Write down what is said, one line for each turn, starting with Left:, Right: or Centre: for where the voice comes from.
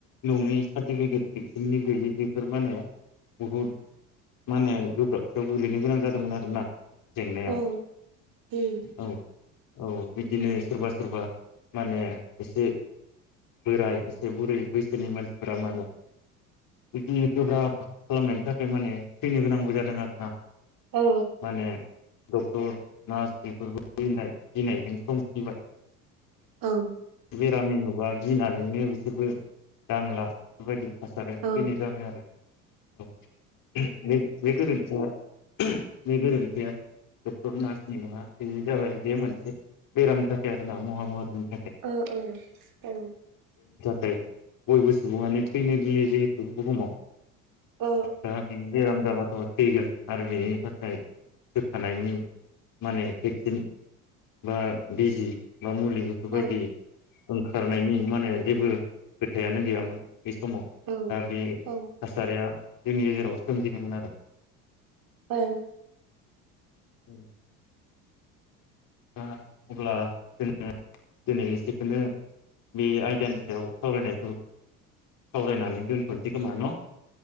Left: नङि सार्टिफिकेट भेक्सिननि गैयि बेफोर माने बहुद माने गोब्राबथियाव गोलैनो गोनां जादोंमोन आरो ना जेंनायाव
Right: ओं उम
Left: औ औ बिदिनो सोरबा सोरबा माने एसे बोराय एसे बुरै बैसोनि मानसिफोरा मानो बिदिनो गोब्राब खालामनायनि थाखाय माने थैनो गोनांबो जादों आरोना
Right: औ
Left: माने डक्टर नार्स बेफोरबो गिनाय गिनायजों संखिबाय
Right: औ
Left: बेरामि नुबा गिनानैनो बिसोरबो दांला बेबायदि थासारिया
Right: औ
Left: फैनाय जाबाय आरो औ बे बे गोरोन्थिया <inaudible> बे गोरोन्थिया डक्टर नार्सनि नङा बेयो जाबाय बे मोनसे बेरामनि थाखाय आरोना महामारिनि थाखाय
Right: ओ ओ औ
Left: खाय बयबो सुबुङानो थैनो गियो जिहेतु बुहुमाव
Right: ओ
Left: दा बि बेराम जाबा अ थैगोन आरो बेनि थाखाय सोखानायनि माने भेक्सिन बा बिजि मा मुलि बेफोरबायदि
Right: ओ
Left: ओंखारनायनि मानो जेबो खोथायानो गैयामोन। बै समाव
Right: ओ
Left: दा बे थासारिया
Right: औ
Left: जोंनि गेजेराव सोमजिदोंमोन आरो
Right: ओं
Left: उम अब्ला जोङो दिनै एसेखोनो बे आयदानि सायाव सावरायनायखौ सावरायनानै दोनथ'नोसै खोमा न'?